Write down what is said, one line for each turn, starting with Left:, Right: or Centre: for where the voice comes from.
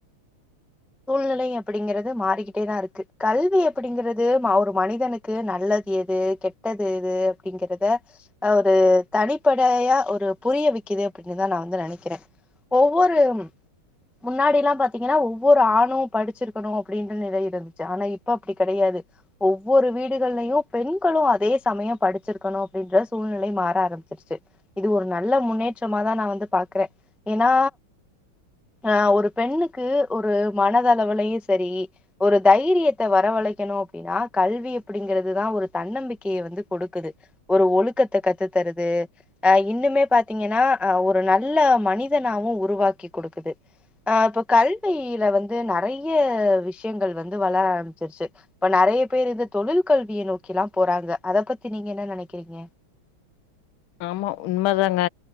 Centre: சூழ்நிலை அப்டிங்குறது மாறிக்கிட்டேதா இருக்கு கல்வி அப்டிங்குறது ஒரு மனிதனுக்கு நல்லது எது கெட்டது எது அப்டிங்கறத ஒரு தனிப்படையா ஒரு புரிய வைக்குது அப்டின்னுதா நா வந்து நெனைக்கிறே ஒவ்வொரு முன்னாடிலா பாத்தீங்கன்னா ஒவ்வொரு ஆணு படிச்சிருக்கணு அப்டின்ற நிலை இருந்துச்சு ஆனா இப்ப அப்டி கெடையாது ஒவ்வொரு வீடுகள்லயு பெண்களு அதே சமய படிச்சிருக்கணு அப்டின்ற சூழ்நிலை மாற ஆரம்பிச்சிருச்சு இது ஒரு நல்ல முன்னேற்றமாதா நா வந்து பாக்குறே ஏன்னா ஆஹ் ஒரு பெண்ணுக்கு ஒரு மனத லவுலயு சரி ஒரு தைரியத்த வரவழைக்கணு அப்டின்னா கல்வி அப்டிங்கறதுதா ஒரு தன்னம்பிக்கைய வந்து கொடுக்குது ஒரு ஒழுக்கத்த கத்து தருது அ இன்னுமே பாத்தீங்கன்னா அ ஒரு நல்ல மனிதனாவு உருவாக்கி கொடுக்குது அ இப்ப கல்வில வந்து ந றைய விஷயங்கள் வந்து வளர ஆரம்பிச்சிடுச்சு இப்ப நெறைய பேர் இது தொழில் கல்விய நோக்கிலா போறாங்க அத பத்தி நீங்க என்ன நெனைக்கிறீங்க
Left: ஆமா உண்ம தாங்க